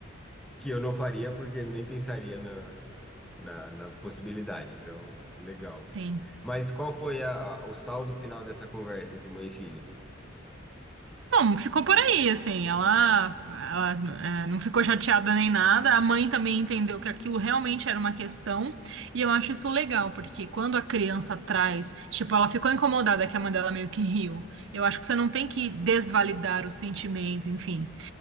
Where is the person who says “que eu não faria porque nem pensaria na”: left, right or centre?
Centre